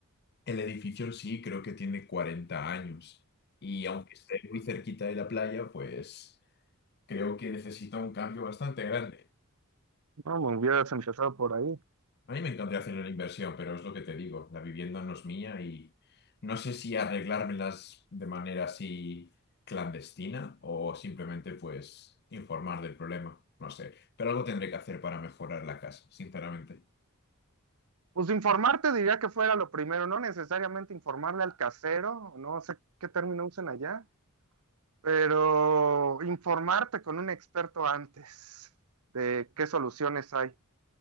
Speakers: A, on the left; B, on the right.
A: el edificio en sí creo que tiene 40 años. Y aunque esté muy cerquita de la playa, pues creo que necesita un cambio bastante grande.
B: No, me hubieras empezado por ahí.
A: A mí me encantaría hacer una inversión, pero es lo que te digo, la vivienda no es mía y no sé si arreglármelas de manera así clandestina o simplemente pues informar del problema, no sé, pero algo tendré que hacer para mejorar la casa, sinceramente.
B: Pues informarte diría que fuera lo primero, no necesariamente informarle al casero, no sé qué término usen allá. Pero informarte con un experto antes de qué soluciones hay.